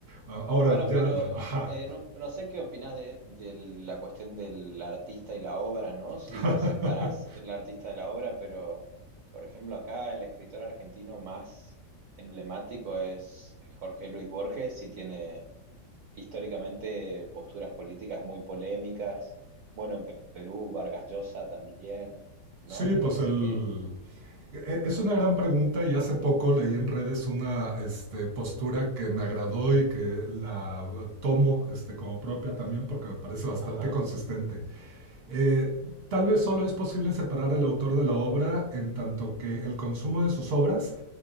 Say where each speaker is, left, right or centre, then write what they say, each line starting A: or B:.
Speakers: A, on the right; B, on the right.
A: Ah, Ahora
B: Bueno,
A: ya,
B: pero
A: ajá.
B: eh, no, no sé qué opinás de, de la cuestión del artista y la obra, ¿no? Si
A: <laughs>
B: separás el artista de la obra, pero, por ejemplo, acá el escritor argentino más emblemático es Jorge Luis Borges y tiene históricamente posturas políticas muy polémicas. Bueno, en Perú, Vargas Llosa también, ¿no?
A: Sí,
B: ¿Te
A: pues
B: parece
A: el...
B: que...?
A: e- Es una gran pregunta y hace poco leí en redes una este, postura que me agradó y que la eh, tomo este, como propia también porque me parece bastante
B: Ajá,
A: consistente. Eh, tal vez solo es posible separar al autor de la obra en tanto que el consumo de sus obras